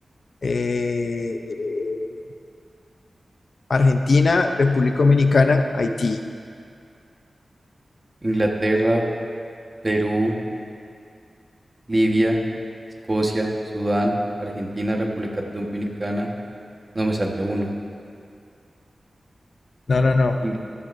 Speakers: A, on the left; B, on the right.
A: eh, eh, Argentina, República Dominicana, Haití.
B: Inglaterra, Perú, Libia, Escocia, Sudán, Argentina, República Dominicana. No me salte uno.
A: No, no, no.
B: In-